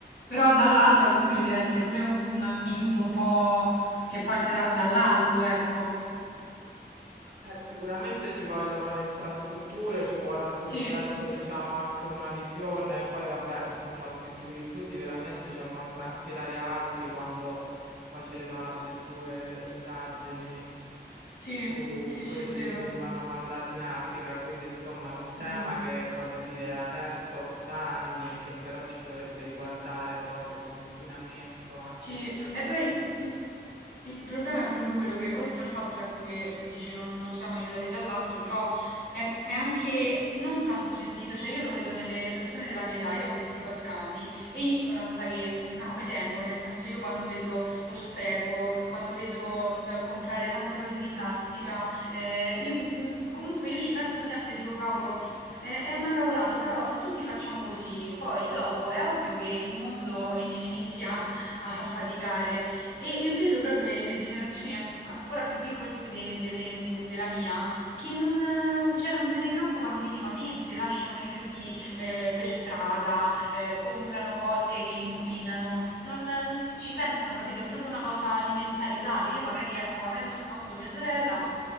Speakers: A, on the left; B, on the right.
A: Però dall'altra comunque ci deve essere pure un, un aiuto un po' che parte da- dall'alto, ecco.
B: Eh, sicuramente ci vogliono le infrastrutture, ci vuole un progetto,
A: Sì,
B: diciamo anche una visione, poi vabbè, insomma, sì, sui rifiuti veramente c'è morta anche Ilaria Alpi quando faceva le sue indagini
A: sì,
B: su
A: sì,
B: quelli
A: sì, è vero.
B: che venivano mandati in Africa, quindi insomma è un tema
A: Mm.
B: che voglio dire è aperto da anni e che però ci dovrebbe riguardare proprio come inquinamento anche
A: Sì,
B: rispetto
A: e poi
B: al campo
A: il, il problema è proprio quello che, oltre al fatto, ecco, che tu dici non, non siamo aiutati dall'altro, però è, è anche non tanto sentito, cioè io lo vedo nelle persone della mia età, io ho 24 anni e io è una cosa che, mm, a cui tengo, nel senso io quando vedo lo spreco, quando vedo eh, comprare tante cose di plastica, eh, io, mm, comunque io ci penso sempre, dico cavolo, è è una cavolata, però se tutti facciamo così, poi dopo è ovvio che il mondo i- inizia a faticare e, e vedo proprio le, le generazioni an- ancora più piccole de- delle- de- della mia che non, eh, cioè, non se ne preoccupano minimamente, lasciano rifiuti eh, per strada, eh, comprano cose che inquinano, non, non ci pensano, capito? È proprio una cosa di mentalità che io magari, ecco, avendo avuto mia sorella,